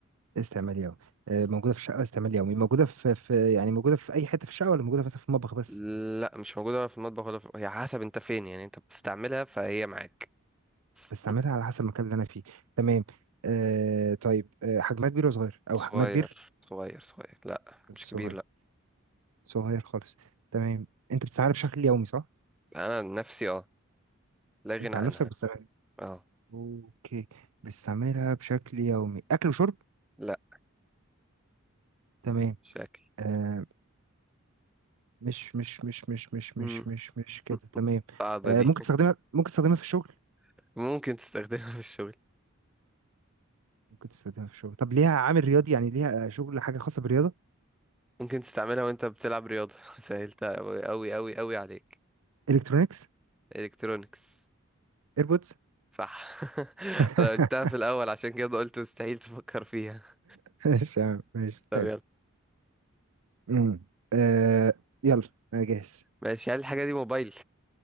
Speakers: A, on the right; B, in the centre.
A: استعمال يومي آه، موجودة في الشقة استعمال يومي موجودة في, في يعني موجودة في أي حتة في الشقة ولا موجودة مثلا في المطبخ بس
B: لا مش موجودة ولا في المطبخ ولا في... هي حسب انت فين يعني انت بتستعملها فهي معاك
A: بستعملها
B: <laughs>
A: على حسب المكان اللي أنا فيه تمام آه طيب آه حجمها كبير ولا صغير أو
B: صغير
A: حجمها كبير
B: صغير صغير لا مش
A: صغير
B: كبير لا
A: صغير خالص تمام أنت بتستعملها بشكل يومي صح؟
B: انا عن نفسي اه لا غنى
A: أنت
B: عنها
A: عن نفسك بتستعملها
B: اه
A: أوكي بستعملها بشكل يومي أكل وشرب
B: لا
A: تمام
B: شكل
A: آه مش مش مش مش مش
B: مم.
A: مش مش مش كده
B: <laughs>
A: تمام
B: صعبة
A: آه
B: دي
A: ممكن تستخدمها ممكن تستخدمها في الشغل
B: <laughs> ممكن تستخدمها في الشغل
A: ممكن تستخدمها في الشغل طب ليها عامل رياضي يعني ليها آه، شغل حاجة خاصة بالرياضة
B: ممكن تستعملها وانت بتلعب رياضة <laughs> سهلتها أوي أوي أوي أوي عليك
A: الكترونيكس
B: الكترونكس
A: ايربودز
B: صح <laughs>
A: <laughs>
B: انا قلتها في الاول عشان كده قلت مستحيل تفكر فيها
A: ماشي يا عم ماشي
B: طب
A: حلو
B: يلا
A: أمم. آه يلا انا جاهز
B: ماشي هل الحاجة دي موبايل